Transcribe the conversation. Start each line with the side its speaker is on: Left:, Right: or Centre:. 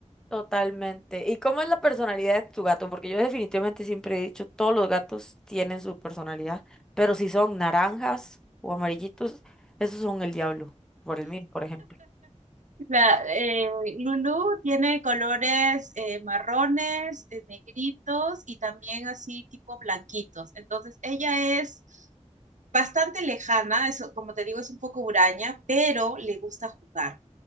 Centre: Totalmente. ¿Y cómo es la personalidad de tu gato? Porque yo definitivamente siempre he dicho, todos los gatos tienen su personalidad, pero si son naranjas o amarillitos, esos son el diablo, por el mío, por ejemplo.
Right: La, eh, Lulu tiene colores eh, marrones, eh, negritos y también así tipo blanquitos. Entonces, ella es bastante lejana, eso, como te digo, es un poco huraña, pero le gusta jugar.